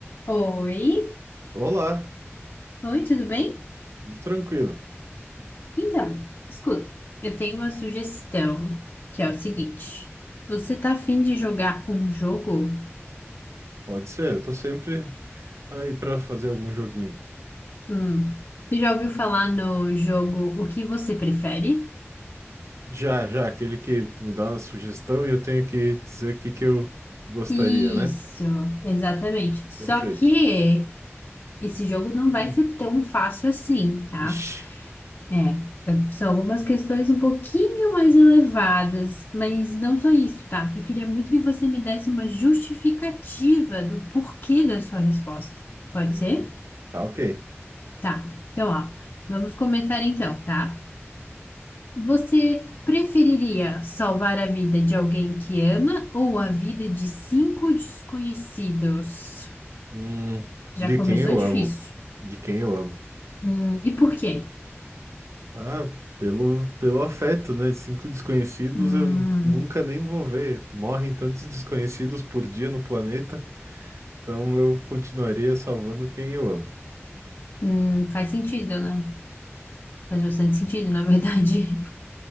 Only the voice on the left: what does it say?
Oi,
oi, tudo bem?
Então, escuta, eu tenho uma sugestão, que é o seguinte. Você tá afim de jogar um jogo?
Hum, você já ouviu falar no jogo O que você prefere?
Isso,
exatamente. Só
que esse jogo não
vai ser tão fácil assim, tá?
É, são algumas questões um pouquinho mais elevadas, mas não só isso, tá? Eu queria muito que você me desse uma justificativa do porquê da sua resposta. Pode
ser?
Tá. Então, ó, vamos começar então, tá? Você preferiria salvar a vida de alguém que ama ou a vida de cinco desconhecidos?
Já
começou
difícil.
Hum, e por quê?
Hum,
hum, faz sentido, né? Faz bastante sentido, na verdade.